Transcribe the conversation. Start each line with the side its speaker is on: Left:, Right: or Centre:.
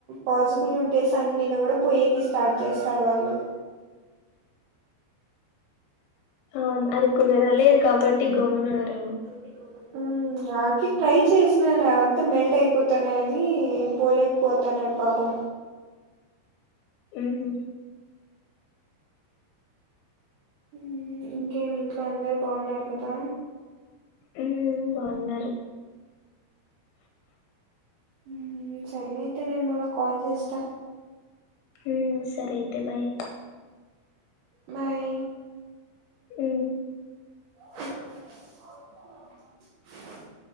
Right: పాసిబుల్ ఉంటే సన్ మీద కూడా పోయేకి స్టార్ట్ చేస్తారు వాళ్ళు
Left: అవును అది కుదరలేదు
Right: ఇంగ
Left: కాబట్టి గమ్మున ఉన్నరేమో
Right: ఉమ్ ఉమ్ ఆడికి ట్రై చేసినాడు అవంతా మెల్ట్ అయిపోతున్నా ర్ అని పోలేకపోతున్నాడు పాపం
Left: ఉమ్ హుమ్మ్
Right: ఉమ్ ఇంకేమి ఇంట్లో అందరు బావున్నారు కదా
Left: ఉమ్ బావున్నారు
Right: ఉమ్ సర్లే అయితే నేను మళ్ళ కాల్ చేస్తా
Left: ఉమ్ సరే అయితే బాయ్
Right: బాయ్
Left: ఉమ్
Right: అ <inaudible>